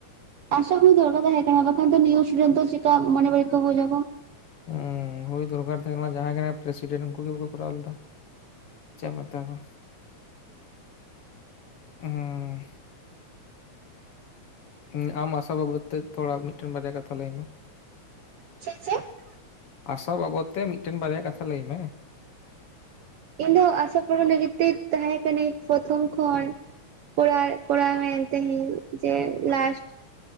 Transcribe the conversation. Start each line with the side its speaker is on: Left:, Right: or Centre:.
Right: ᱟᱥᱟ ᱠᱚ ᱫᱚᱨᱠᱟ ᱦ ᱠᱟᱱᱟ ᱵᱟᱠᱷᱟᱱ ᱱᱤᱭ ᱥᱩ ᱫᱚ ᱪᱤᱠᱟ ᱢᱚᱱᱮ ᱵᱟᱹᱲᱤᱡ ᱠᱚ ᱵᱩᱡᱟᱠᱚ
Left: ᱦᱸ ᱦᱳᱭ ᱫᱚᱨᱠᱟᱨ ᱛᱟᱦᱮᱸ ᱞᱮ ᱠᱟᱱᱟ ᱡᱟᱦᱟᱸᱭ ᱠᱟᱱᱟ ᱯᱨᱮᱥᱤᱰᱮᱱᱴ ᱩᱱᱠᱩ ᱜᱮ ᱵᱟᱠᱚ ᱠᱚᱨᱟᱣ ᱞᱮᱫᱟ ᱾ ᱪᱮᱫ ᱢᱮᱛᱟ ᱠᱚ, ᱦᱩᱸ᱾ ᱩᱸ ᱟᱢ ᱟᱥᱟ ᱵᱟᱵᱚᱛ ᱛᱮ ᱛᱷᱚᱲᱟ ᱢᱤᱫᱴᱮᱱ ᱵᱟᱨᱭᱟ ᱠᱟᱛᱷᱟ ᱞᱟᱹᱭ ᱢᱮ᱾
Right: <unintelligible>
Left: ᱟᱥᱟ ᱵᱟᱵᱚᱛ ᱛᱮ ᱢᱤᱫᱴᱮᱱ ᱵᱟᱨᱭᱟ ᱠᱟᱛᱷᱟ ᱞᱟᱹᱭ ᱢᱮ᱾
Right: ᱤᱧ ᱫᱚ ᱟᱥᱟ ᱯᱩᱨᱚᱱ ᱞᱟᱹᱜᱤᱫ ᱛᱮ ᱛᱟᱦᱮᱸ ᱠᱟᱱᱟᱹᱧ ᱯᱨᱚᱛᱷᱚᱢ ᱠᱷᱚᱱ᱾ ᱠᱚᱨᱟᱣ ᱠᱚᱨᱟᱣ ᱢᱮᱱ ᱛᱮᱦᱤᱧ ᱡᱮ ᱞᱟᱥᱴ